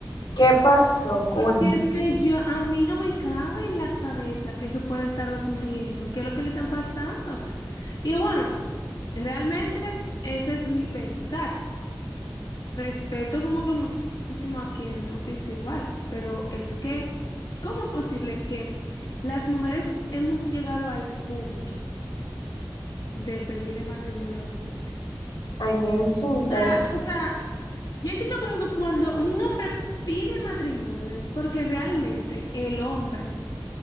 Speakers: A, on the left; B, on the left.
A: ¿Qué pasó? Cuéntame.
B: Porque es que yo, a mí no me cabe en la cabeza que eso pueda estar ocurriendo. ¿Qué es lo que le están pasando? Y bueno, realmente ese es mi pensar. Respeto como que muchísimo a quien no piensa igual, pero es que, ¿cómo es posible que las mujeres hemos llegado al punto? de pedirle matrimonio a los hombres.
A: Ay, mira, es un
B: O
A: tema.
B: sea, o sea, yo entiendo como que cuando un hombre pide matrimonio es porque realmente el hombre